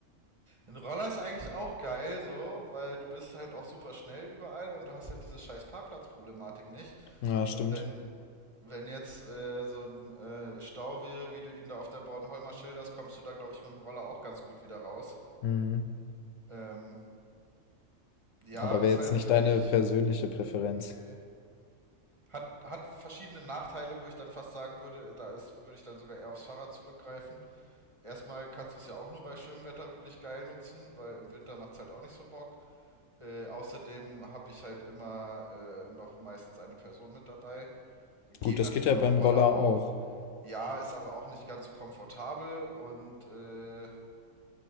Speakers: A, on the right; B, on the left.
A: Ein Roller ist eigentlich auch geil, so, weil du bist halt auch super schnell überall und du hast halt diese scheiß Parkplatzproblematik nicht.
B: Ja, stimmt.
A: Und wenn, wenn jetzt äh, so ein äh, Stau wäre, wie du ihn da auf der Bornholmer schilderst, kommst du da, glaube ich, mit dem Roller auch ganz gut wieder raus.
B: Mhm.
A: Ähm, ja,
B: Aber
A: ist
B: wäre jetzt
A: halt
B: nicht
A: für
B: deine
A: mich,
B: persönliche Präferenz.
A: nee. Hat, hat verschiedene Nachteile, wo ich dann fast sagen würde, da ist, würde ich dann sogar eher aufs Fahrrad zurückgreifen. Erstmal kannst du es ja auch nur bei schönem Wetter wirklich geil nutzen, weil im Winter macht es halt auch nicht so Bock. Äh, außerdem habe ich halt immer äh, noch meistens eine Person mit dabei. Geht
B: Gut, das
A: natürlich
B: geht ja beim
A: auf dem Roller
B: Roller
A: auch.
B: auch.
A: Ja, ist aber auch nicht ganz so komfortabel. Und äh,